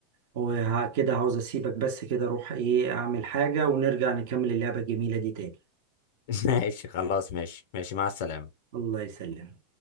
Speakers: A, on the right; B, on the left.
A: وكده عاوز اسيبك بس كده اروح ايه اعمل حاجه ونرجع نكمل اللعبه الجميله دي تاني
B: <laughs> ماشي خلاص ماشي ماشي مع السلامة
A: الله يسلمك